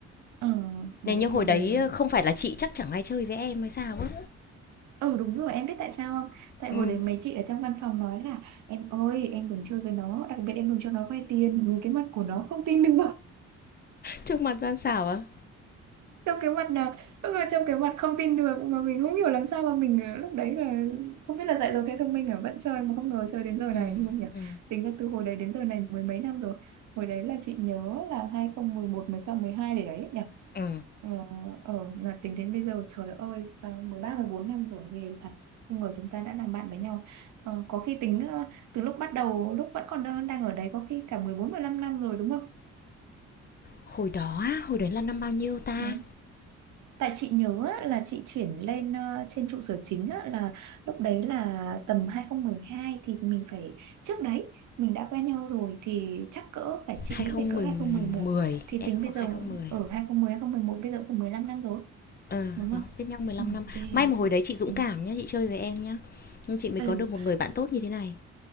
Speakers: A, on the right; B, on the left.
A: ừ, đấy
B: này nhưng
A: cuộc
B: hồi đấy
A: đời
B: ờ, không phải là chị chắc chẳng ai chơi với em hay sao á
A: ừ đúng rồi em biết tại sao không tại
B: ừ.
A: hồi đấy mấy chị ở trong văn phòng nói là em ơi em đừng chơi với nó đặc biệt em đừng cho nó vay tiền nhìn cái mặt của nó không tin được
B: Trước mặt gian xảo á
A: trong cái mặt nào lúc mà trong cái mặt không tin được mà mình không hiểu làm sao mà mình ờ, lúc đấy là không biết là dạy rồi thế thông minh ở vẫn chơi mà không ngờ chơi đến giờ
B: Ừ,
A: này luôn nhỉ
B: ừ,
A: tính ra từ hồi đấy đến giờ này mười mấy năm rồi hồi đấy là chị nhớ là 2011 mười không, mười hai để đấy nhỉ
B: ừ.
A: ờ ờ là tính đến bây giờ trời ơi à, 13 14 năm rồi ghê thật không ngờ chúng ta đã làm bạn với nhau ờ, có khi tính ờ, từ lúc bắt đầu lúc vẫn còn đang đang ở đấy có khi cả mười bốn, mười 15 năm rồi đúng không
B: Hồi đó á, hồi đấy là năm bao nhiêu ta?
A: Ừ. Tại chị nhớ á, là chị chuyển lên ờ, trên trụ sở chính á, là lúc đấy là tầm 2012 thì mình phải trước đấy mình đã quen nhau rồi thì chắc cỡ phải chị
B: 2010,
A: nghĩ phải cỡ 2011, thì
B: e
A: tính bây
B: khoảng
A: giờ
B: 2010.
A: ở 2010 một một bây giờ cũng phải 15 năm rồi
B: Ờ,
A: đúng không?
B: đó, biết nhau 15
A: Ừ,
B: năm.
A: ghê
B: May mà hồi
A: thật.
B: đấy chị dũng
A: Ừ.
B: cảm nhá, chị chơi với em nhá. Nhưng chị mới
A: Ừ.
B: có được một người bạn tốt như thế này.